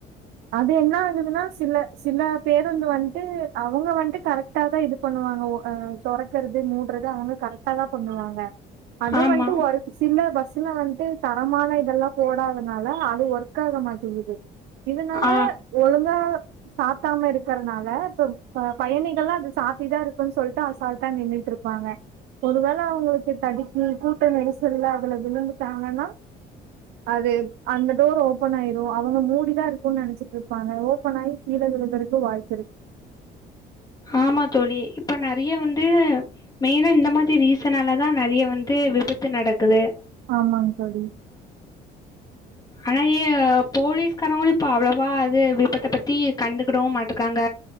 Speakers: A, on the right (about 80°); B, on the left (about 20°).
A: அது என்ன ஆகுதுன்னா சில சில பேர் ந்து வந்துட்டு அவங்க வந்துட்டு கரெக்டா தா இது பண்ணுவாங்க தொறக்கறது மூடுறது அவுங்க கரெக்டா தா பண்ணுவாங்க அது
B: ஆமா
A: வந்துட்டு ஒரு சில பஸ் த்ல வன்ட்டு தரமான இதெல்லா போடாதனால அது ஒர்க் ஆக மாட்டேகிது இதனால
B: ஆ
A: ஒழுங்கா சாத்தாம இருக்கறனால இப்ப ப பயணிகள்ல்லா அது சாத்திதா இருக்குன் சொல்ட்டு அசால்டா நின்னுட்ருப்பாங்க ஒரு வேள அவுங்ளுக்கு தடிக் ம் கூட்டோ நெரிசல்ல அலது விழுந்துட்டாங்கனா அது அந்த டோர் ஓபன் ஆயிரூ அவுங்க மூடிதா இருக்கூன்னு நனைச்சிட்ருப்பாங்க ஓப்பன் ஆயி கீழ விழுறதுக்கு வாய்ப்
B: ஆமா தோழி இப்ப நறைய வந் து மெயினா இந்த மாரி ரீசனால தா நறைய வந்து விபத்து நடக்குது
A: ஆமாங் தோழி
B: ஆனா ய போலீஸ்காரங்களூ இப்ப அவ்ளவா அது விபத்த பத்தி கண்டுக்கிடவூ மாட்டுக்காங்க